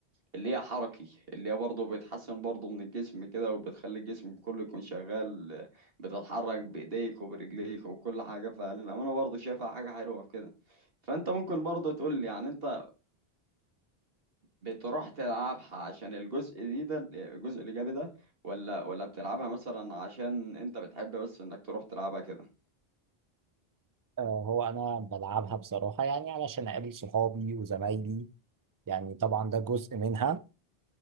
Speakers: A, on the right; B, on the right.
A: اللي هي حركي اللي هي برضه بتحسن برضه من الجسم كده وبتخلي الجسم كله يكون شغال بتتحرك بإيديك وبرجليك وكل حاجة فالأمانة برضه شايفها حاجة حلوة في كده فأنت ممكن برضه تقول لي يعني أنت بتروح تلعبها عشان الجزء دي ده الجزء الإيجابي ده ولا ولا بتلعبها مثلا عشان أنت بتحب بس إنك تروح تلعبها كده
B: آه، هو انا بلعبها بصراحه يعني علشان اقابل صحابي وزمايلي يعني طبعا ده جزء منها